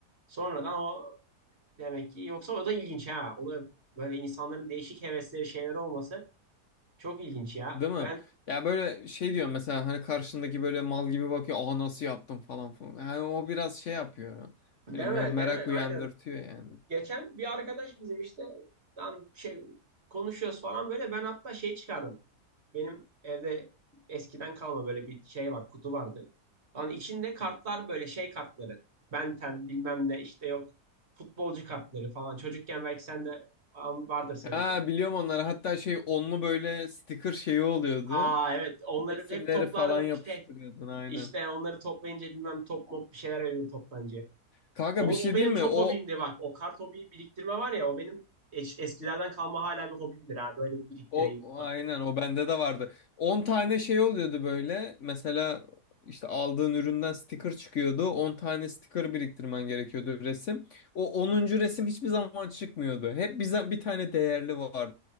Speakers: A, on the right; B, on the left.
A: sonradan o demek ki yoksa o da ilginç ha o da böyle insanların değişik hevesleri şeyleri olması çok ilginç ya
B: Değil mi?
A: ben
B: Ya böyle şey diyorum mesela hani karşındaki böyle mal gibi bakıyor. Aa nasıl yaptım falan falan. Yani o biraz şey yapıyor.
A: deme
B: Böyle me- merak
A: deme
B: uyandırtıyor
A: aynen
B: yani.
A: geçen bir arkadaş bizim işte lan şey konuşuyoruz falan böyle ben hatta şey çıkardım Benim evde eskiden kalma böyle bir şey var, kutu vardı. Lan içinde kartlar böyle şey kartları. Ben Ten bilmem ne işte yok futbolcu kartları falan. Çocukken belki sen de al- vardır senin
B: Ha
A: de.
B: biliyorum onları. Hatta şey onlu böyle sticker şeyi oluyordu.
A: Aa evet onları
B: Resimleri
A: hep toplardım
B: falan yapıştırıyordun
A: bir şey.
B: aynen.
A: İşte onları toplayınca bilmem top mop bir şeyler veriyordu toptancıya.
B: Kanka
A: O,
B: bir şey
A: o benim
B: diyeyim
A: çok
B: mi? O
A: hobimdi bak. O kart hobi biriktirme var ya o benim eş- eskilerden kalma hala bir hobimdir ha. Böyle bir biriktireyim.
B: O o aynen o bende de vardı. on tane şey oluyordu böyle. Mesela işte aldığın üründen sticker çıkıyordu. on tane sticker biriktirmen gerekiyordu resim. O onuncu resim hiçbir zaman çıkmıyordu. Hep bize bir tane değerli vardı.